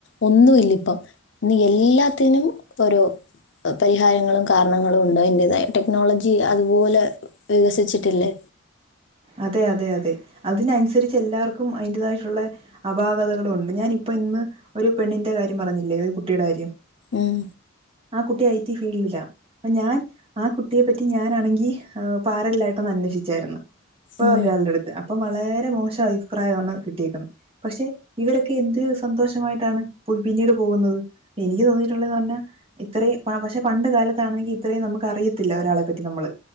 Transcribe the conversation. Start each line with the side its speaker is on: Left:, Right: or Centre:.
Left: ഒ ന്നും ഇല്ലിപ്പം ഇന്ന് എല്ലാത്തിനും ഒരൊ അഹ് പരിഹാരങ്ങളും കാരണങ്ങളും ഉണ്ട് അയിൻ്റേതായ ടെക്നോളജി അതുപോലെ വികസിച്ചിട്ടില്ലേ
Right: അതെയതെയതെ അതിനൻസരിച്ചെല്ലാർക്കും അതിന്റേതായിട്ടുള്ള അപാകതകളുണ്ട് ഞാനി പ്പിന്ന് ഒരു പെണ്ണിന്റ കാര്യം പറഞ്ഞില്ലേ ഒരു കുട്ടീട കാര്യം
Left: ഉം
Right: ആ കുട്ടി ഐ ടി ഫീൽഡിലാ അപ്പ ഞാൻ ആ കുട്ടിയെ പറ്റി ഞാനാണെങ്കി ആഹ് പാരലലായിട്ടൊന്ന് അന്വഷിച്ചാരുന്ന്. വേറൊരാളുടടുത്ത്
Left: ഉം
Right: അപ്പം വളരെ മോശ അഭിപ്രായവാണ് കിട്ടിയേക്കുന്നെ പക്ഷെ ഇവരൊക്കെ എന്ത്‌ രു സന്തോഷമായിട്ടാണ് പൊയ് പിന്നീട് പോകുന്നത് എനിക്ക് തോന്നിയിട്ടുള്ളേന്ന് പറഞ്ഞാ ഇത്രേം പാ പക്ഷെ പ ണ്ട് കാലത്താണെങ്കി ഇത്രേം നമുക്ക് അറിയത്തില്ല ഒരാളെ പറ്റി നമ്മള്